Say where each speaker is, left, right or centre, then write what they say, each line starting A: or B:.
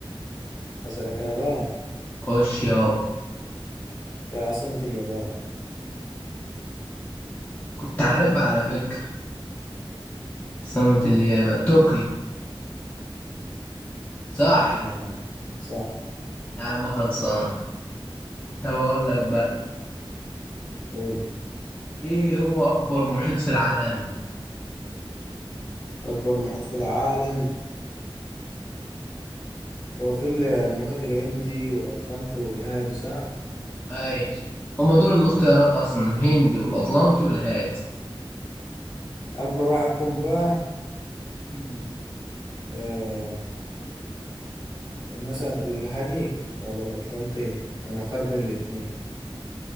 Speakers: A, on the left; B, on the left.
A: هسألك انا بقى
B: خش يابا
A: في عاصمة اليابان
B: كنت عارفها على فكرة سمة اليابا طوكيو صح
A: صح يا عم صح
B: يا عم خلصان طب اقول لك بقى
A: قول
B: ايه هو اكبر محيط في العالم
A: اكبر محيط في العالم هو في المحيط الهندي والاطلنطي والهادي صح
B: اي هما دول الاختيارات اصلا الهندي والاطلنطي والهادي
A: اكبر واحد فيهم بقى
B: مم.
A: آه مثلا الهادي ولا الاطلنطي انا محتار بين الاتنين